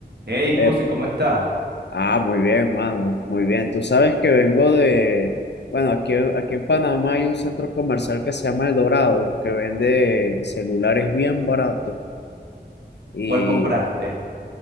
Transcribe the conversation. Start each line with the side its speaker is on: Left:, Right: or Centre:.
Right: Hey, Cusi,
Left: Eh,
Right: ¿cómo estás?
Left: ah, muy bien, mano, muy bien. Tú sabes que vengo de, bueno, aquí, aquí en Panamá hay un centro comercial que se llama El Dorado, que vende celulares bien baratos. Y
Right: ¿Cuál compraste?